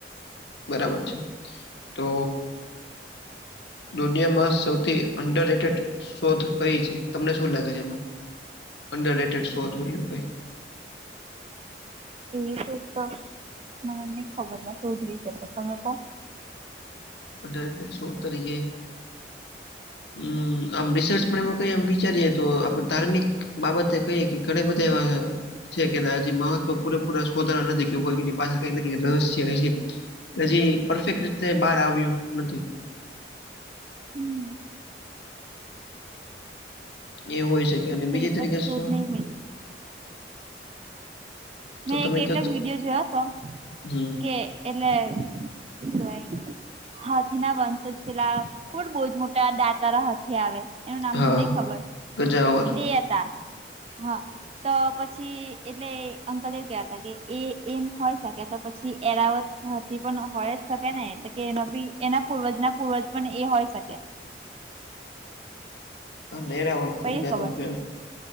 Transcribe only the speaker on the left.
બરાબર છે. તો દુનિયામાં સૌથી અંડર રેટેડ. શોધ કઈ છે તમને શું લાગે છે એમાં? અંડર ડેટેડ શોધ હોય એવું કઈ.
અંડર રેટેડ શોધ તરીકે. હમ આમ રિસર્ચ પણ એમાં કઈ વિચારીએ તો આપડે ધાર્મિક. બાબતે કહીએ કે ઘણા બધા એવા. છે કે હજી મહત્વ પૂરેપૂરા શોધાના નથી કેવું કોઈ એની પાછળ કંઈક ને કંઈક રહસ્ય હસે. હજી પરફેક્ટ રીતે બહાર આવ્યું નથી.
એ હોય શકે અને બીજી
તરીકે
શું
તો તમે
કયો તો
હમ્મ,
હા,
હા.
ગજાવર
હ લેરાવટ તરીકા
તમ કે <unintelligible>